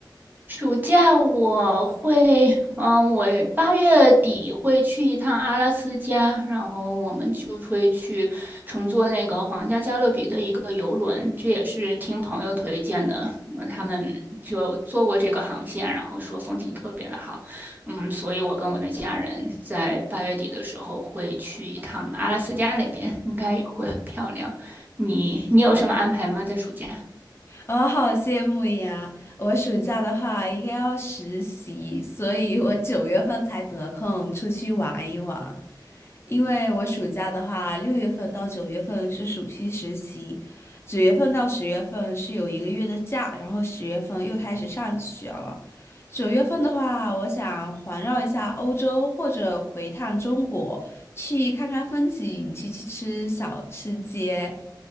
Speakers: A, on the right; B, on the left.
A: 暑假我会，嗯，我八月底会去一趟阿拉斯加，然后我们就会去乘坐那个皇家加勒比的一个游轮，这也是听朋友推荐的，嗯他们就坐过这个航线，然后说风景特别的好，嗯，所以我跟我的家人在八月底的时候会去一趟阿拉斯加那边，应该也会很漂亮。你你有什么安排吗？在暑假？
B: 我好羡慕呀！我暑假的话应该要实习，所以我九月份才得空出去玩一玩。因为我暑假的话，六月份到九月份是暑期实习，九月份到十月份是有一个月的假，然后十月份又开始上学了。九月份的话，我想环绕一下欧洲或者回趟中国，去看看风景，去去吃小吃街，